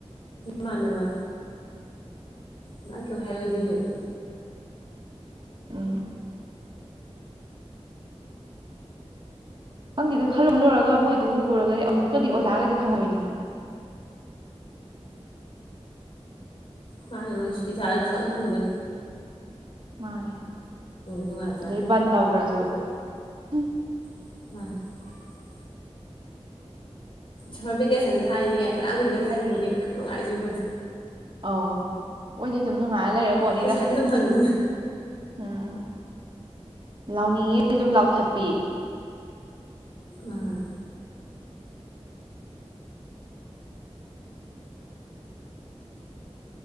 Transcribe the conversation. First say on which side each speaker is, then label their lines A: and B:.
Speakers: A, on the left; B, on the right.
A: ꯃꯥꯅꯦ ꯃꯥ ꯃꯥ ꯀꯣ ꯍꯥꯏꯦꯣꯏꯗꯣꯏꯅꯦꯕꯨ
B: ꯎꯝ ꯈꯪꯗꯤꯅ ꯈꯜꯂꯨ ꯈꯜꯂꯨꯔꯒ ꯃꯣꯏꯗꯨꯒ ꯎꯔꯒꯗꯤ ꯑꯃꯨꯛꯀꯗꯤ ꯑꯣꯖꯥꯒꯗꯤ ꯈꯪꯍꯣꯏꯅꯤꯡꯉꯤ
A: ꯃꯥꯅꯦ ꯃꯣꯏ ꯁꯨꯇꯤ ꯊꯥꯁꯨ ꯄꯩꯁꯥ ꯑꯗꯨꯝ ꯐꯪꯗꯦ
B: ꯃꯥꯅꯦ
A: ꯅꯨꯡꯉꯥꯏꯕꯖꯥꯠꯅꯤ
B: ꯑꯗꯩ ꯕꯟ ꯇꯧꯈ꯭ꯔꯁꯨ ꯎꯝ
A: <unintelligible> ꯁꯃꯔ ꯚꯦꯀꯦꯁꯟ ꯊꯥꯏꯅꯤꯉꯥꯏ ꯐꯅ ꯀꯨꯔꯤꯒ ꯊꯥꯏꯁꯦ ꯍꯧꯖꯤꯛ ꯅꯨꯡꯉꯥꯏꯁꯤꯕꯅꯤ
B: ꯑꯧ ꯍꯣꯏꯗꯤ ꯑꯗꯨꯝ ꯅꯨꯡꯉꯥꯏꯔ ꯂꯩꯔ ꯄꯣꯠꯅꯤꯗ
A: ꯄꯩꯁꯥꯗꯤ ꯑꯗꯨꯝ ꯐꯪꯉꯤꯅꯤꯅ
B: ꯎꯝ ꯂꯥꯎꯅꯤꯡꯉꯦ ꯑꯗꯨꯝ ꯂꯥꯎꯊꯠꯄꯤ
A: ꯎꯝ